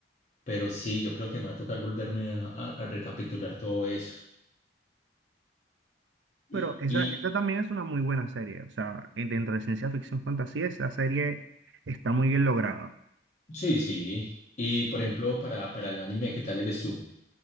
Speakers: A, on the left; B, on the right.
A: pero sí, yo creo que me va a tocar volverme a, a- a recapitular todo eso. Y,
B: Pero esa,
A: y
B: esa también es una muy buena serie. O sea, en- dentro de ciencia ficción fantasía, esa serie está muy bien lograda.
A: sí, sí. Y por ejemplo, para, para el anime, ¿qué tal eres tú?